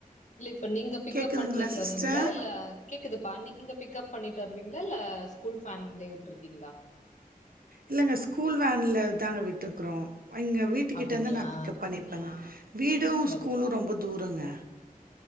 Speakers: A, on the left; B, on the right.
A: இல்ல இப்ப நீங்க பிக்கப்
B: கேக்குதுங்களா
A: பண்ணிட்டு
B: சிஸ்டர்
A: வருவீங்ளா இல்ல கேக்குதுப்பா நீங்க பிக்கப் பண்ணிட்டு வருவீங்ளா இல்ல கூல் ஃபேன்லே வுட்டுருக்கீங்ளா
B: இல்லங்க ஸ்கூல் வேன்ல தாங்க விட்ருக்குறோ அங்க வீட்டுக்கிட்ட
A: அப்டிங்களா
B: வந்து நா பிக்கப் பண்ணிப்பேங்க வீடு
A: சரி
B: ஸ்கூலு ரொம்ப தூரங்க